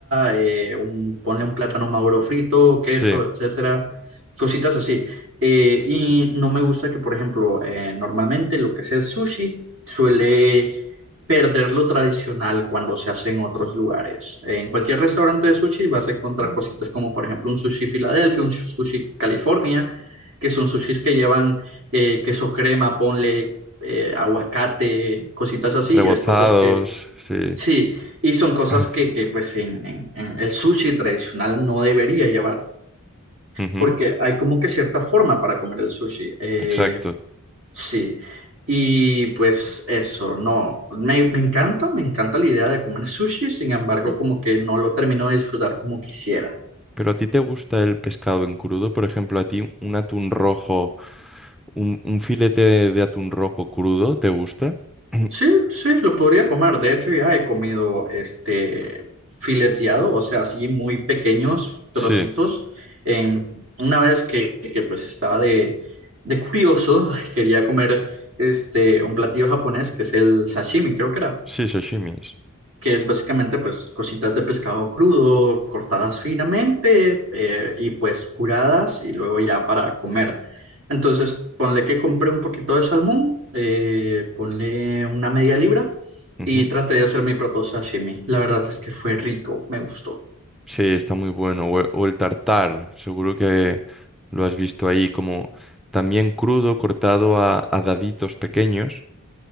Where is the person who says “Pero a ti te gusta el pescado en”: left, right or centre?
Centre